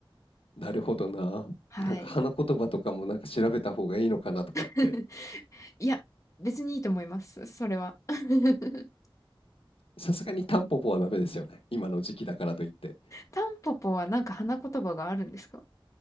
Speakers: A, on the left; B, on the left.
A: なるほどな。
B: はい。
A: なんか花言葉とかもなんか調べた方がいいのかなとかって。
B: <laughs> いや、別にいいと思います。それは。<laughs>
A: さすがにタンポポはダメですよね。今の時期だからといって。
B: タンポポはなんか花言葉があるんですか